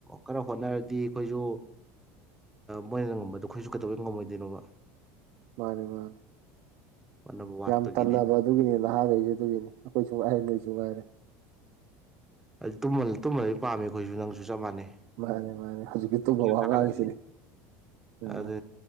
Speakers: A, in the centre; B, on the right.
A: ꯀꯟꯅ ꯍꯣꯠꯅꯔꯗꯤ ꯑꯩꯈꯣꯏꯁꯨ ꯃꯣꯏꯅ ꯉꯝꯕꯗꯣ ꯑꯩꯈꯣꯏꯁꯨ ꯀꯩꯗꯧꯕꯩ ꯉꯝꯃꯣꯏꯗꯣꯏꯅꯣꯕ
B: ꯃꯥꯅꯦ ꯃꯥꯅꯤ
A: ꯍꯣꯠꯅꯕ ꯋꯥꯠꯄꯒꯤꯅꯦ
B: ꯌꯥꯝ ꯇꯟꯅꯕ ꯑꯗꯨꯒꯤꯅꯤ ꯅꯍꯥꯈꯩꯁꯦ ꯑꯗꯨꯒꯤꯅꯤ ꯑꯩꯈꯣꯏꯁꯨꯥꯏꯍꯦꯟ ꯅꯣꯏꯁꯨ ꯉꯥꯏꯔꯦ
A: ꯍ ꯑꯗꯨ ꯇꯨꯝꯕꯗꯤ ꯄꯥꯝꯃꯦ ꯑꯩꯈꯣꯏꯁꯨ ꯅꯪꯁꯨ ꯆꯞ ꯃꯥꯟꯅꯩ
B: ꯃꯥꯅꯦ ꯃꯥꯅꯦ ꯍꯧꯖꯤꯛꯀꯤ ꯇꯨꯝꯕ ꯋꯥ
A: ꯊꯒ
B: ꯉꯥꯡꯉꯤꯁꯤꯅꯤ
A: ꯂꯅꯤ
B: ꯑꯥ
A: ꯑꯗ